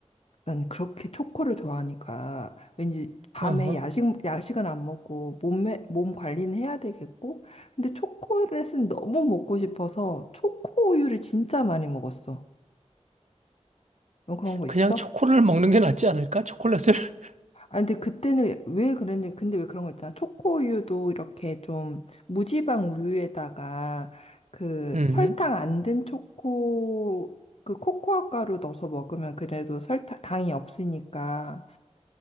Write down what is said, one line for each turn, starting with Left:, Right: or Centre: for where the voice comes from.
Left: 난 그렇게 초코를 좋아하니까, 왠지 밤에
Right: 어허.
Left: 야식, 야식은 안 먹고, 몸에, 몸 관리는 해야 되겠고, 근데 초콜릿은 너무 먹고 싶어서, 초코우유를 진짜 많이 먹었어. 너 그런 거 있어?
Right: 그냥 초콜릿을 먹는 게 낫지 않을까? 초콜릿을? <laughs>
Left: 아, 근데 그때는 왜 그랬는지, 근데 왜 그런 거 있잖아. 초코우유도 이렇게 좀 무지방 우유에다가 그
Right: 음,
Left: 설탕 안 든 초코, 그 코코아 가루 넣어서 먹으면 그래도 설탕, 당이 없으니까